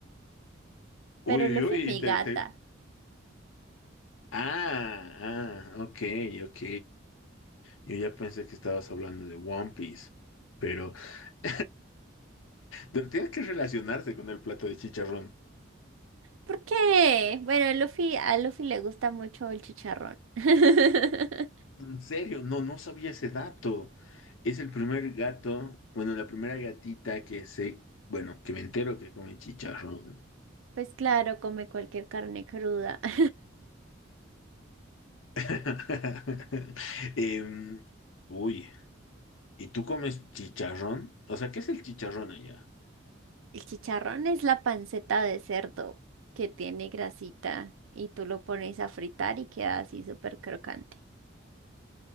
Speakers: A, on the right (about 85°); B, on the left (about 80°).
A: Pero
B: Uy,
A: Luffy,
B: uy, uy,
A: mi
B: y te,
A: gata.
B: te... Ah, ah, ok, ok. Yo ya pensé que estabas hablando de One Piece, pero... <laughs> pero tienes que relacionarse con el plato de chicharrón.
A: ¿Por qué? Bueno, Luffy, a Luffy le gusta mucho el chicharrón. <laughs>
B: En serio, no, no sabía ese dato. Es el primer gato, bueno, la primera gatita que sé, bueno, que me entero que come chicharrón.
A: Pues claro, come cualquier carne cruda. <laughs>
B: <laughs> Em, uy, ¿y tú comes chicharrón? O sea, ¿qué es el chicharrón allá?
A: El chicharrón es la panceta de cerdo que tiene grasita y tú lo pones a fritar y queda así súper crocante.